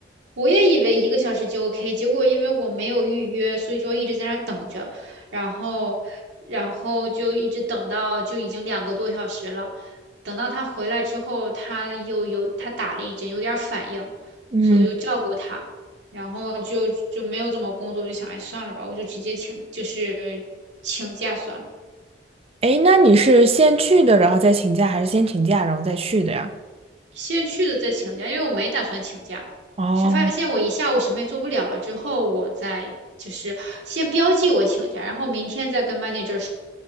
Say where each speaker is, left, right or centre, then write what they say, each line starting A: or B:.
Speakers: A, on the right; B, on the right.
A: 我也以为一个小时就 OK，结果因为我没有预约，所以就一直在那儿等着，然后然后就一直等到就已经两个多小时了。等到他回来之后，他又有他打了一针，有点儿反应，
B: 嗯，
A: 所以我就照顾他。然后就就没有怎么工作，就想，哎，算了吧，我就直接请，就是请假算了。
B: 哎，那你是先去的，然后再请假，还是先请假然后再去的呀？
A: 先去的再请假，因为我没打算请假，
B: 哦
A: 是发现我一下午什么也做不了了之后，我再就是先标记我请假，然后明天再跟 manager